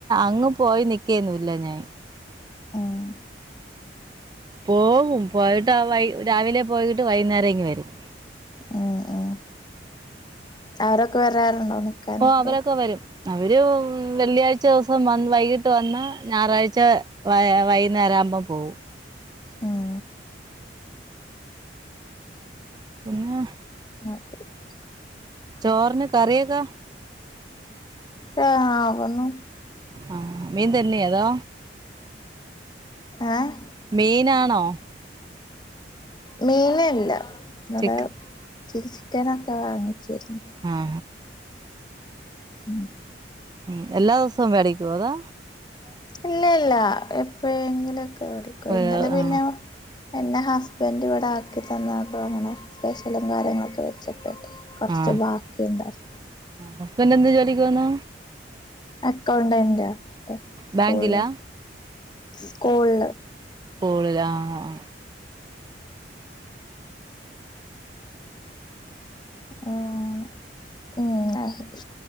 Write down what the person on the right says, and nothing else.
അങ്ങ് പോയി നിക്കേന്നുല്ല ഞാൻ
പോവും പോയിട്ട് ആഹ് വൈ രാവിലെ പോയിട്ട് വൈകുന്നേരംങ്കി വരും
ഓഹ് അവരൊക്കെ വരും അവര് വെള്ളിയാഴ്ച ദിവസം വന്ന് വൈകിട്ട് വന്ന് ഞായറാഴ്ച വ വൈകുന്നേര ആവുമ്പോ പോകും
പിന്നെ
ചോറിന് കറിയക്കാ
ആഹ് മീൻ തന്നെ അതോ
മീനാണോ
ചിക്ക്
ആ
ഉം എല്ലാ ദിവസവും വേടിക്കു അതാ
ഒരു
ആ
ആ
ഹസ്ബൻഡ് എന്ത് ജോലിക്കോന്നോ
ബാങ്കിലാ
സ്കൂളിൽ ആഹ്